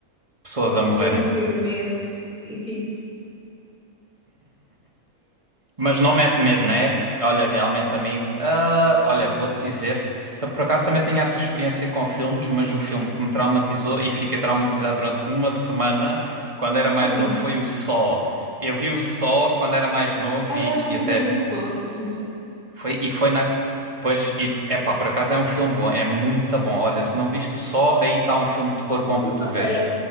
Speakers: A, on the right; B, in the centre.
A: pessoas a morrerem.
B: para meter medo e, tipo,
A: Mas não mete medo, né? Olha, realmente a mim, ah, olha, vou-te dizer, então, por acaso também tenho essa experiência com filmes, mas o filme que me traumatizou e fiquei traumatizado durante uma semana quando era mais
B: Hum.
A: novo foi o Saw. Eu vi o Saw quando era mais novo
B: Ah,
A: e,
B: eu acho
A: e
B: que
A: até
B: nunca vi o Só, sou sincera.
A: foi e foi na Pois, e, é pá, por acaso é um filme bom, é muito bom. Olha, se não viste o Saw, aí está um filme de terror bom
B: O
A: para
B: só,
A: tu veres.
B: pera,